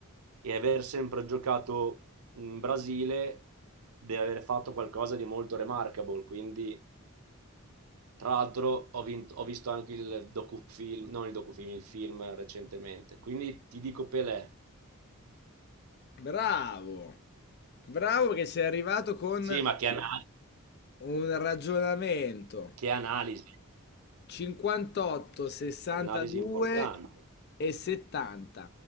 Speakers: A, on the right; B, on the left.
A: e aver sempre giocato in Brasile deve aver fatto qualcosa di molto remarkable. Quindi, tra l'altro, ho, vinto- ho visto anche il docufilm, non il docufilm, il film recentemente. Quindi ti dico Pelé.
B: Bravo, bravo che sei arrivato con
A: Sì, ma che, ana-
B: un ragionamento.
A: che analisi,
B: 58, 62
A: analisi importante.
B: e 70.